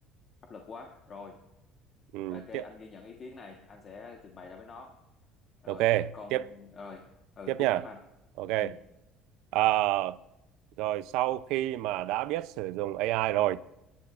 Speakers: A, on the left; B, on the right.
A: áp lực quá rồi
B: ừ,
A: ok anh
B: tiếp
A: ghi nhận ý kiến này anh sẽ trình bày ra với nó rồi
B: ok
A: còn
B: tiếp
A: rồi ừ
B: tiếp
A: tiếp
B: nha
A: giúp anh
B: ok
A: ừ
B: à, rồi sau khi mà đã biết sử dụng AI rồi